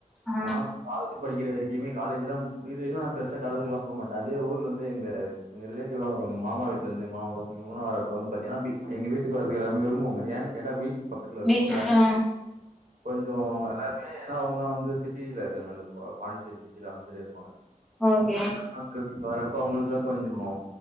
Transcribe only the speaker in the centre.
ஆ
பீச்சுக்கு ஆ
ஓகே